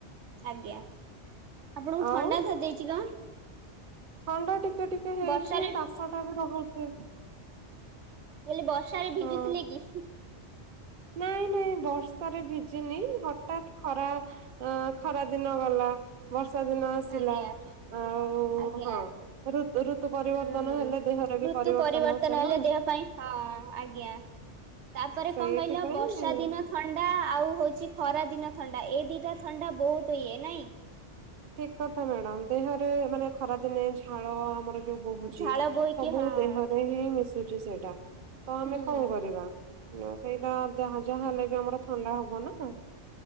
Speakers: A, on the right (about 70°); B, on the right (about 50°).
A: ଆଜ୍ଞା ଆପଣଙ୍କୁ
B: ଆଉ
A: ଥଣ୍ଡା ଧରଦେଇଛି କଣ।
B: ଥଣ୍ଡା ଟିକେ ଟିକେ ହେଇଚି
A: ବର୍ଷାରେ
B: କାଶ ଟା ବି ରହୁଛି।
A: କହିଲି ବର୍ଷାରେ
B: ହଁ
A: ଭିଜୁଥିଲେ କି?
B: ନାଇଁ ନାଇଁ ବର୍ଷାରେ ଭିଜିିନି ହଠାତ୍ ଖରା ଅଁ ଖରା ଦିନ ଗଲା ବର୍ଷା ଦିନ ଆସିଲା
A: ଆଜ୍ଞା
B: ଆଉ
A: ଆଜ୍ଞା
B: ହଁ ଋତୁ ଋତୁ ପରିବର୍ତନ
A: ହୁଁ।
B: ହେଲେ ଦେହରେ ବି
A: ଋତୁ
B: ପରିବର୍ତ୍ତନ ଆସେ
A: ହେଲେ
B: ନା?
A: ଦେହ ପାଇଁ ହଁ ଆଜ୍ଞା ତାପରେ
B: ସେଇଥିପାଇଁ
A: କଣ କହିଲ ବର୍ଷା ଦିନ ଥଣ୍ଡା ଆଉ ହଉଛି ଖରାଦିନ ଥଣ୍ଡା ଏ ଦିଟା ଥଣ୍ଡା ବହୁତ ଇଏ ନାଇଁ?
B: ଠିକ କଥା ମ୍ୟାଡାମ ଦେହରେ ମାନେ ଖରାଦିନେ ଝାଳ ଆମର ଜଉ ବହୁଛି
A: ଝାଳ
B: ସବୁବେଳେ
A: ବୋହିକି ହଁ
B: ଦେହରେ ହିଁ ମିଶୁଛି ସେଇଟା ତ ଆମେ
A: ହୁଁ
B: କଣ କରିବା। ସେଇଟା ଯାହା ଯାହା ହେଲେ ବି ଆମର ଥଣ୍ଡା ହବ ନା।